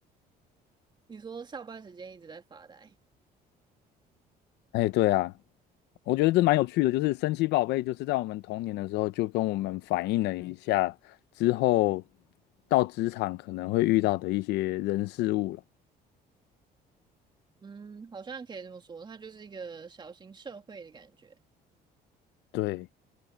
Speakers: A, on the right; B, on the left.
A: 你说上班时间一直在发呆，
B: 哎，对啊，我觉得这蛮有趣的，就是神奇宝贝，就是在我们童年的时候就跟我们反映了一下之后到职场可能会遇到的一些人事物了。
A: 嗯，好像可以这么说，它就是一个小型社会的感觉。
B: 对。